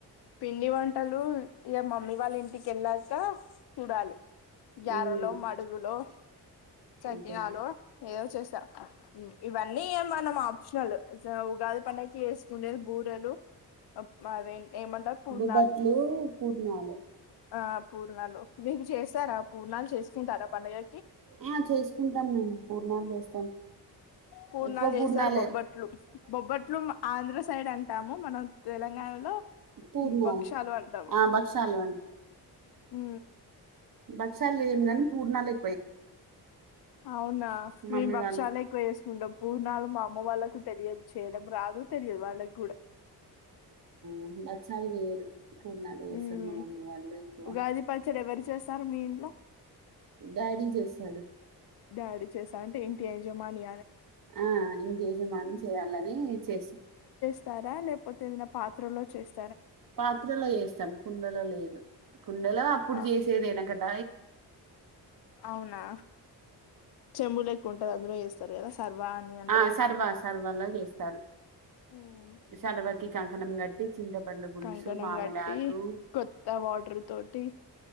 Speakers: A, on the left; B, on the right.
A: పిండి వంటలు ఇ మమ్మీ వాళ్ళ ఇంటికి వెళ్ళాక చూడాలి గ్యారలో
B: ఉమ్,
A: మడుగులో చక్యానాలో
B: అంతే
A: ఏదో చేసా ఇవన్నీ ఏ మనం మా క్షణలు ఉగాది పండగకి వేసుకునే బూరలు అ ఏమంటారు పూర్ణాలస్
B: బొబ్బట్లు పూర్ణాలు
A: ఆ పూణలో లో మీవి చేస్తారా పూర్ణాలు చేసుకుంటారా పండుగకి
B: ఆ చేసుకుంటాం మేము పూర్ణాలు చేస్తాం
A: పూర్ణలు
B: ఎక్కువ
A: చేశారు
B: పూర్ణాలే
A: బొబ్బట్లు బొబ్బట్లు ఆంధ్ర సైడ్ అంటాము మనం తెలంగాణలో
B: పూర్ణాలు
A: భక్షాలు అంటాము
B: ఆ భక్షాలు
A: హ
B: బక్షాల్ చేయం మ్ గానీ పూర్ణాలె
A: అవునా
B: మమ్మీ
A: మేము భక్షాల
B: వాళ్ళు
A: ఎక్కువ చేసుకుంటాం పునాలు మా అమ్మ వాళ్ళకు తెలియదు చేయడం రాదు తెలియదు వాళ్ళకి కూడా
B: అన్న క్షాల గేరు పూర్ణాలసమ
A: ఉమ్
B: అళ్ల్ అకువ
A: ఉగాది పచ్చడి ఎవరు చేస్తారు మీ ఇంట్లో
B: డాడీ చేస్తాడు
A: డా చేసా అంటే ఏంటి ఏంజోమాని
B: ఆ ఇంకేజమాను చేయాలని చేస్తా
A: స్తారా లేకపోతే ఏదైనా పాత్రలో చేస్త
B: పాత్రలో చేస్తాను కు ఉండల లేదు కుండెలో అప్పుడు
A: ఆ
B: చేసేదినకట
A: అవునా ముల కుంటారు అందులో చేస్తారు కదా సర్వా అని అంటారు
B: ఆ సర్బా సర్బలోగేస్త సార్
A: ఉమ్
B: శాలవాకి కాంకణం కట్టి చింతపండు పులుసు
A: కంకణం
B: మామిడాకు
A: కట్టి కొత్త వాటర్ తోటి